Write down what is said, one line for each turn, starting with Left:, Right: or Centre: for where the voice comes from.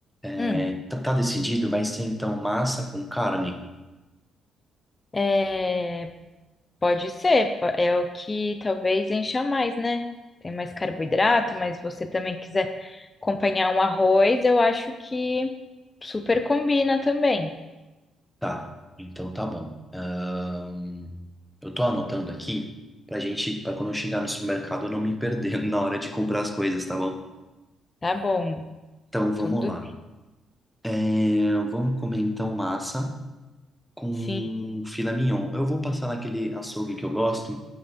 Centre: É,
Left: Hum.
Centre: tá, tá decidido? Vai ser então massa com carne?
Left: É, Pode ser, po- é o que talvez encha mais, né? Tem mais carboidrato, mas você também quiser acompanhar um arroz, eu acho que super combina também.
Centre: Tá, então tá bom. Ahn, eu tô anotando aqui pra gente, pra quando eu chegar no supermercado eu não me perder <laughs> na hora de comprar as coisas, tá bom?
Left: Tá bom,
Centre: Então vamos
Left: tudo
Centre: lá. É, vamos comer então massa. com
Left: sim.
Centre: filé mignon. Eu vou passar naquele açougue que eu gosto